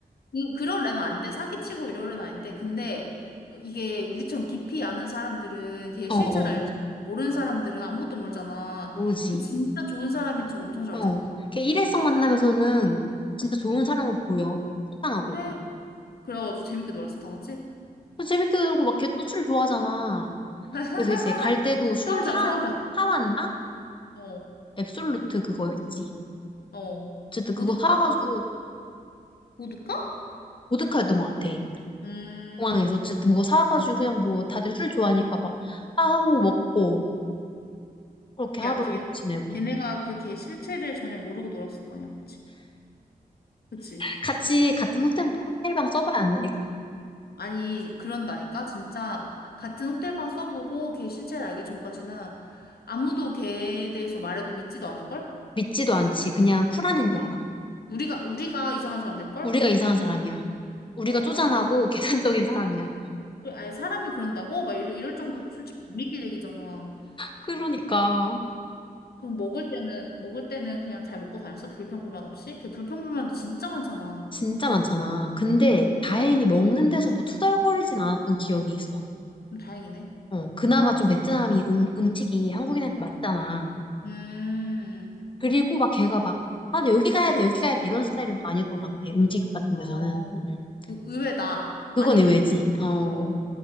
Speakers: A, on the left; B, on the left.
A: 이- 그럴 애는 아닌데, 사기치고 이럴 애는 아닌데, 근데 이게 우리처럼 깊이 아는 사람들은 걔
B: 어어
A: 실체를 알지만, 모르는 사람들은 아무것도 모르잖아.
B: 모르지.
A: 그 진짜 좋은 사람인 척 엄청 잘하잖아.
B: 어. 걔 일회성 만남에서는 진짜 좋은 사람으로 보여. 호탕하고.
A: 그래. 그래가지고 재밌게 놀았어, 다 같이.
B: 또 재밌게 놀고 막 걔 또 술 좋아하잖아.
A: <laughs>
B: 그래서 이제 갈 때도 술
A: 소화자,
B: 사,
A: 소화자.
B: 사왔나?
A: 어,
B: 앱솔루트 그거 있지.
A: 어.
B: 어쨌든
A: 보드카?
B: 그거 사와가지고
A: 보드카?
B: 보드카였던 것 같아.
A: 음,
B: 공항에서 어쨌든 그거 사와가지고 그냥 뭐 다들 술 좋아하니까 막 하고 먹고 그렇게 하루
A: 야, 걔,
B: 지내고
A: 걔네가 그 걔 실체를 전혀 모르고 놀았을 거 아니야, 그치? 그치?
B: 같이 같은 호텔 호텔방 써봐야 안 나?
A: 아니, 그런다니까? 진짜 같은 호텔방 써보고 걔 실체를 알기 전까지는 아무도 걔에 대해서 말해도 믿지도 않을걸?
B: 믿지도 않지. 그냥 쿨한 애인 줄 알아.
A: 우리가, 우리가 이상한 사람 될걸?
B: 우리가 이상한 사람이야. 우리가
A: 와,
B: 쪼잔하고 <laughs> 계산적인 사람이야.
A: 아니, 사람이 그런다고? 막 이럴, 이럴 정도로 솔직히 안 믿길 얘기잖아.
B: 그러니까
A: 그럼 먹을 때는, 먹을 때는 그냥 잘 먹고 다녔어? 불평불만 없이? 걔 불평불만도 진짜 많잖아.
B: 진짜 많잖아. 근데
A: 어,
B: 다행히 먹는 데서 뭐 투덜거리진 않았던 기억이 있어.
A: 그럼 다행이네.
B: 어, 그나마 좀 베트남이 음, 음식이 한국인한테 맞잖아.
A: 음,
B: 그리고 막 걔가 막, 아, 나 여기 가야 돼, 여기 가야 돼 이런 스타일은 또 아니었던 것 같아. 음식 같은
A: 어,
B: 데서는. 음, 음.
A: 의- 의외다.
B: 그건
A: 아닌데,
B: 의외지.
A: 원래.
B: 어,
A: 어.